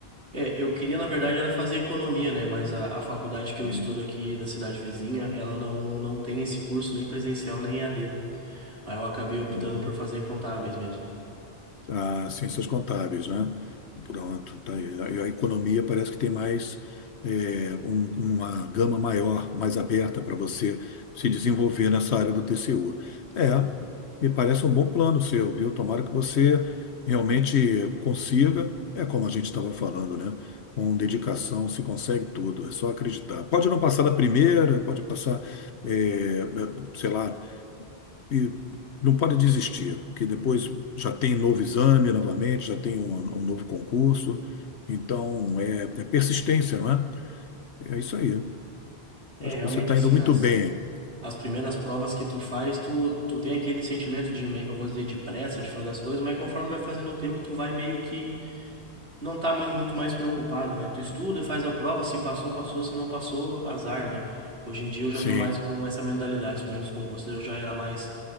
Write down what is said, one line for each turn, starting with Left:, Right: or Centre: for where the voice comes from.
Right: É, eu queria, na verdade,
Left: Diria.
Right: era fazer economia, né? Mas a, a faculdade que eu
Left: Hum,
Right: estudo aqui da cidade vizinha, ela não, não tem esse curso nem presencial nem EAD. Aí eu acabei optando
Left: uhum.
Right: por fazer contábeis mesmo.
Left: a ciências contábeis, né? Pronto, tá aí. A a economia parece que tem mais é, um- uma gama maior, mais aberta para você se desenvolver nessa área do TCU. É,
Right: Sim.
Left: me parece um bom plano seu, viu? Tomara que você realmente consiga, é como a gente estava falando, né? Com dedicação se consegue tudo, é só acreditar. Pode não passar na primeira, pode passar, é, é, sei lá, e não pode desistir, porque depois já tem novo exame novamente, já tem um, um novo concurso. Então, é, é persistência, não é? É isso aí.
Right: É,
Left: Acho
Right: realmente
Left: que você está
Right: assim,
Left: indo muito
Right: as
Left: bem.
Right: as primeiras provas que tu faz, tu, tu tem aquele sentimento de, meio que eu vou dizer, de pressa de fazer as coisas, mas conforme vai fazendo o tempo, tu vai meio que não tá mui- muito mais preocupado, né? Tu estuda e faz a prova, se passou, passou, se não passou, azar, né? Hoje em dia eu já
Left: Sim,
Right: tô mais com essa mentalidade. Os primeiros concursos eu já era mais,